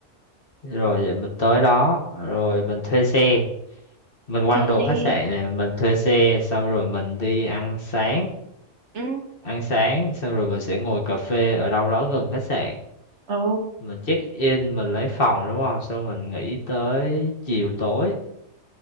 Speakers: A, on the left; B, on the right.
A: Rồi vậy mình tới đó rồi mình thuê xe, mình quăng
B: thôi
A: đồ
B: đi
A: khách sạn này mình thuê xe xong rồi mình đi ăn sáng,
B: ừ
A: ăn sáng xong rồi mình sẽ ngồi cà phê ở đâu đó gần khách sạn.
B: ừ
A: Mình check in mình lấy phòng đúng không? Xong mình nghỉ tới chiều tối.